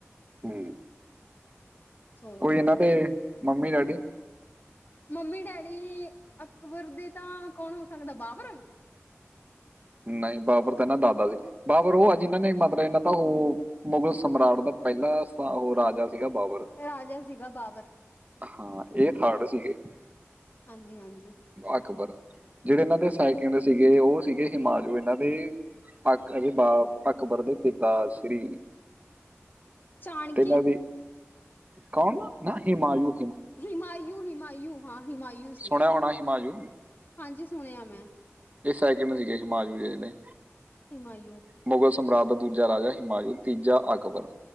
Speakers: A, on the right; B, on the left.
A: ਹੂੰ,
B: ਸੋ
A: ਕੋਈ ਏਨਾਂ ਦੇ ਮੰਮੀ-ਡੈਡੀ
B: ਮੰਮੀ-ਡੈਡੀ ਅਕਬਰ ਦੇ ਤਾਂ ਕੌਣ ਹੋ ਸਕਦਾ, ਬਾਬਰ?
A: ਨਈ, ਬਾਬਰ ਤਾਂ ਏਨਾਂ ਦਾਦਾ ਸੀ। ਬਾਬਰ ਓ ਆ ਜਿਨਾਂ ਨੇ ਮਤਲਬ ਏਨਾਂ ਦਾ ਓ ਮੁਗਲ ਸਮ ਓਨਾਂ ਦਾ ਪੈਲਾਂ ਉਹ ਰਾਜਾ ਸੀਗਾ ਬਾਬਰ।
B: ਰਾਜਾ ਸੀਗਾ ਬਾਬਰ।
A: ਹਾਂ, ਏ ਥਰਡ ਸੀਗੇ।
B: ਹਾਂਜੀ-ਹਾਂਜੀ।
A: ਅਕਬਰ। ਜਿਹੜੇ ਏਨਾਂ ਦੇ ਸੈਕਿੰਡ ਸੀਗੇ, ਓ ਸੀਗੇ ਹੂੰਮਾਯੂ, ਏਨਾਂ ਦੇ ਅਕ ਏਦੇ ਬਾਪ ਅਕਬਰ ਦੇ ਪਿਤਾ ਸ਼੍ਰੀ। <unintelligible>
B: ਚਾਣਕੇ
A: ਕੌਣ ਨਾ ਹੂੰਮਾਯੂ।
B: ਹਿਮਾਯੂ ਹਿਮਾਯੂ ਹਾਂ ਹਿਮਾਯੂ ਸੀ
A: ਸੁਣਿਆ ਹੋਣਾ ਹਿਮਾਯੂ
B: ਹਾਂਜੀ, ਸੁਣਿਆ ਮੈਂ।
A: ਏ ਸੈਕਿੰਡ ਸੀਗੇ ਹਿਮਾਯੂ ਜੇੜੇ ਨੇ।
B: ਹਿਮਾਯੂ।
A: ਮੁਗਲ ਸਮਰਾਜ ਦਾ ਦੂਜਾ ਰਾਜਾ ਹਿਮਾਯੂ, ਤੀਜਾ ਅਕਬਰ।